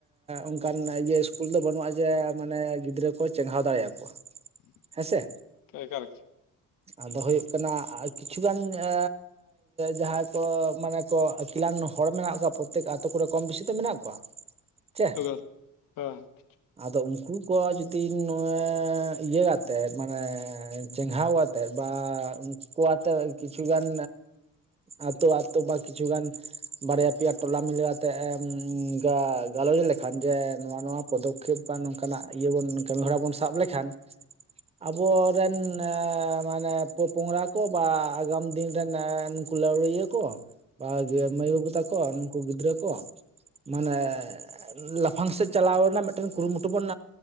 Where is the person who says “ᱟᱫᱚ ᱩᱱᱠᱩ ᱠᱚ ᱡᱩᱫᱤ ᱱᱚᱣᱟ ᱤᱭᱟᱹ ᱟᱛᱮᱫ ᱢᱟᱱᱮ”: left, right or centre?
Right